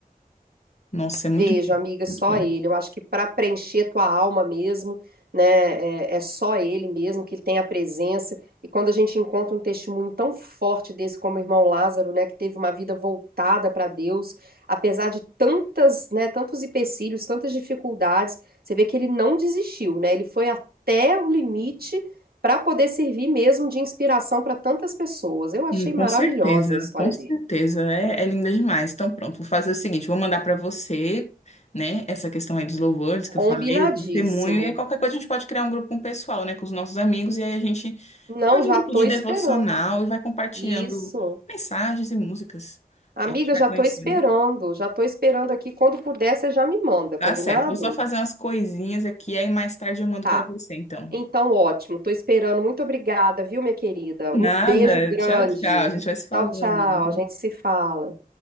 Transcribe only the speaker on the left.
Nossa, é muito
bom,
muito bom.
Hum, com
certeza,
com certeza.
É, é linda demais. Então pronto, vou fazer o seguinte, vou mandar para você, né, essa questão aí dos louvores que
eu falei, do testemunho, e aí qualquer coisa a gente pode criar um grupo com o pessoal, né, com os nossos amigos, e aí a gente
Faz
um grupo
de
devocional e vai compartilhando
mensagens e músicas
que a gente vai
conhecendo.
Tá certo. Vou só fazer umas coisinhas aqui, aí mais tarde eu mando
para você, então.
Nada.
Tchau, tchau. A gente vai se falando.